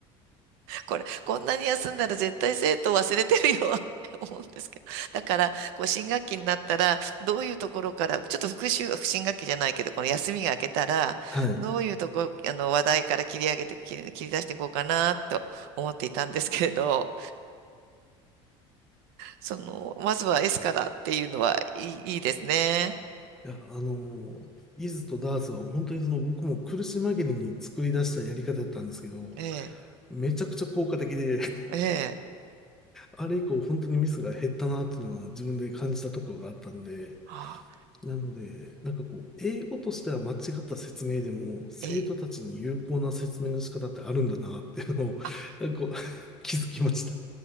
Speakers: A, on the right (about 75°); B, in the centre.
A: これ、こんなに休んだら絶対生徒忘れてるよ <laughs> って思うんですけど。だから、こう、新学期になったら、どういうところから、ちょっと復習、新学期じゃないけど、この休みが明けたら、
B: はい。
A: どういうとこ、
B: い
A: あの、話題から切り上げて、切り、切り出していこうかな、と思っていたんですけれど、その、まずは S からっていうのはいい、いいですね。
B: や、あのーイズとダーツは本当にその僕も苦し紛れに作り出したやり方だったんですけど、
A: ええ、
B: めちゃくちゃ効果的で、<laughs>
A: ええ、
B: あれ以降本当にミスが減ったなっていうのは自分で感じたところがあったんで、
A: あ
B: なので、なんかこう、英語としては間違った説明でも、生徒たちに有効な説明の仕方ってあるんだなっていうのを、
A: ええ。あ、
B: なんかこう <laughs> 気づきました。